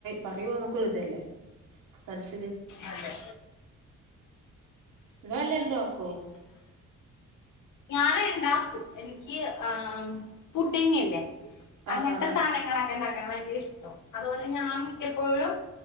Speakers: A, on the right; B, on the left.
A: പറയുമോ നമുക്കൊരിതല്ലേ മനസ്സിന്
B: അതെ
A: ഇങ്ങല്ല എല്ലു ആക്കൊ
B: ഞാന് ഇണ്ടാക്കും എനിക്ക് ആഹ് പുഡിങ്ങല്ലേ അങ്ങനത്തെ
A: ആഹ് ആഹ്
B: സാനങ്ങളൊക്കെണ്ടാക്കാൻ ഭയങ്കരഇഷ്ട അതോണ്ട് ഞാൻ മിക്ക എപ്പോഴും